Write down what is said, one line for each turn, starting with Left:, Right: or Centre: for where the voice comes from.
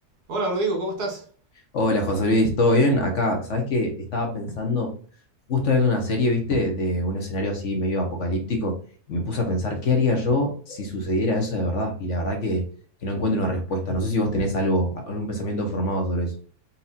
Right: Hola Rodrigo, ¿cómo estás?
Left: Hola José Luis, ¿todo bien? Acá, ¿sabes qué? Estaba pensando, justo viendo una serie, ¿viste? De un escenario así medio apocalíptico, y me puse a pensar, ¿qué haría yo si sucediera eso de verdad? Y la verdad que, que no encuentro una respuesta. No sé si vos tenés algo, algún pensamiento formado sobre eso.